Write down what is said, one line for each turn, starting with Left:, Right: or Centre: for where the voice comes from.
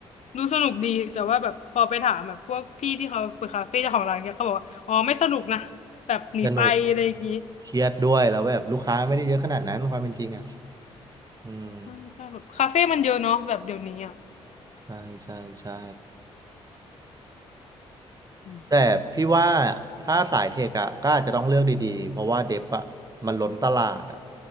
Left: ดูสนุกดีแต่ว่าแบบพอไปถามแบบพวกพี่ที่เขาเปิดคาเฟ่เจ้าของร้านเนี่ยเขาบอกว่าอ๋อไม่สนุกนะแบบหนีไปอะไรอย่างงี้
Right: สนุกเครียดด้วยแล้วแบบลูกค้าไม่ได้เยอะขนาดนั้นความเป็นจริงอ่ะอืม
Left: ใช่ใช่แบบคาเฟ่มันเยอะเนาะแบบเดี๋ยวนี้อะ
Right: ใช่ใช่ใช่
Left: อืม
Right: แต่พี่ว่าถ้าสายเทคอะก็อาจจะต้องเลือกดีๆเพราะว่าเดฟอะมันล้นตลาดอะ